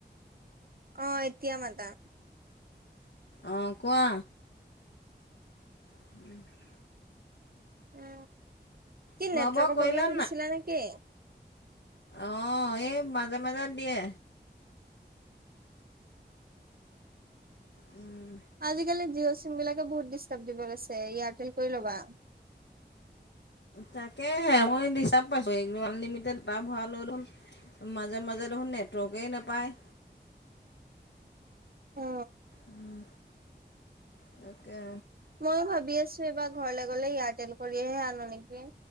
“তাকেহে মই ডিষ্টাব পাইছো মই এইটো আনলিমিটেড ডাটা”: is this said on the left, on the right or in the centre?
Left